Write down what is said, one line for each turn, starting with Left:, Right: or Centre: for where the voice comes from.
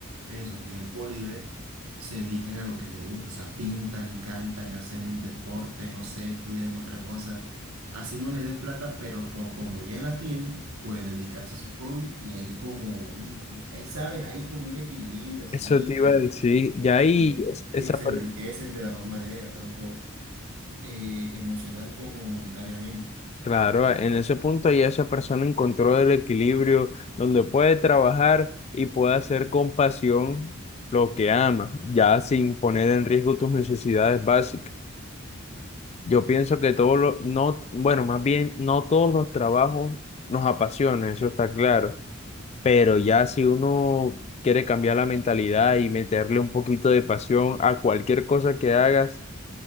Right: en su tiempo libre, se dedican a lo que les gusta, o sea, pintan, cantan, hacen un deporte, no sé, estudian otra cosa. Así no les dé plata, pero por como ya la tienen, pueden dedicarse a su hobby y ahí como, un- ahí sabes, hay como un equilibrio así
Left: Eso te
Right: que,
Left: iba a decir. Ya ahí,
Right: que hay,
Left: es- esa,
Right: que se
Left: per-
Right: enriquecen de las dos maneras, tanto eh, emocional como monetariamente.
Left: claro, en ese punto ya esa persona encontró el equilibrio donde puede trabajar y puede hacer con pasión lo que ama, ya sin poner en riesgo tus necesidades básicas. Yo pienso que todos los, no, bueno, más bien, no todos los trabajos nos apasionan, eso está claro. Pero ya si uno quiere cambiar la mentalidad y meterle un poquito de pasión a cualquier cosa que hagas,